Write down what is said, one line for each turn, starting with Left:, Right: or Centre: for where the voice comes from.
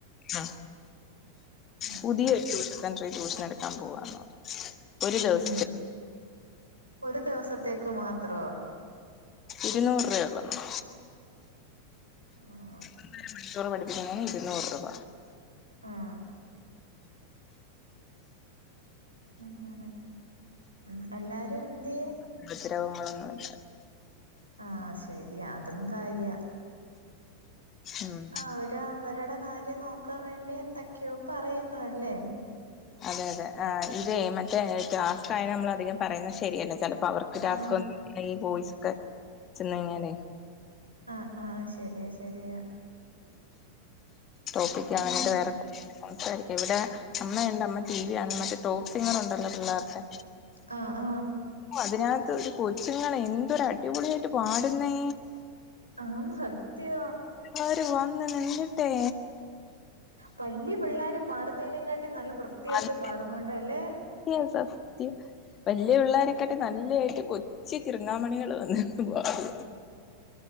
Left: ആഹ്
Right: ഉം
Left: പുതിയ ഒരു ട്യൂഷൻ സെൻ്ററി ട്യൂഷൻ എടുക്കാൻ പോവാന്ന് പറഞ്ഞു ഒരു
Right: ഉം
Left: ദിവസത്തിന്
Right: ഒരു ദിവസത്തേക്ക് മാത്രോ
Left: ഇരുന്നൂറ് രൂപയെ ഒള്ളന്ന്
Right: <inaudible>
Left: ഒന്നര മണിക്കൂറ് പഠപ്പിക്കണെന് ഇരുന്നൂറ് രൂപ
Right: ആഹ് അങ്ങനെ ഉം എല്ലാരും എന്തിയെ?
Left: ഉപദ്രവങ്ങളൊന്നുല്ല
Right: ആഹ് ശരിയാ അതും കാര്യാ
Left: ഉം
Right: അവര് അവരുടെ കാര്യം നോക്കാൻ വേണ്ടി എന്തൊക്കെയോ പറയുന്നു അല്ലേ
Left: അതെ അതെ ആ ഇതേയ് മറ്റേ ടാസ്ക് ആയ നമ്മൾ അധികം പറയുന്നത് ശരിയല്ല ചെലപ്പോ അവർക്ക് <unintelligible>
Right: ആഹ്
Left: ഈ വോയിസ് ഒക്കെ ചെന്ന് കഴിഞ്ഞാലേ
Right: ആഹ് ആഹ് ശരിയാ ശരിയാ
Left: ടോപ്പിക്കാ
Right: ഉം
Left: അങ്ങിട്ട് വേറെ സംസാരിക്കും ഇവിടെ അമ്മയണ്ട് അമ്മ ടി വി കാണ്ന്ന് മറ്റേ ടോപ്പ് സിങ്ങറുണ്ടല്ലോ പിള്ളാര്ടെ
Right: ആഹ് ആഹ്
Left: ഓഹ് അതിനാത്ത് ഒരു കൊച്ചുങ്ങളെ എന്തൊരു അടിപൊളിയായിട്ട് പാടുന്നേ
Right: ആന്നു സത്യവാ
Left: അവര് വന്ന് നിന്നിട്ടേ
Right: വല്യ പിള്ളേര് പാടുന്നതിനേക്കാട്ടി നല്ല വൃത്തിയായിട്ട്
Left: അതെ
Right: പാടുന്നുണ്ടല്ലേ
Left: <unintelligible> സത്യം വല്യ പിള്ളോരെക്കാട്ടി നല്ലായിട്ട് കൊച്ചു കിറങ്ങാമണികള് വന്ന് പാടുവാ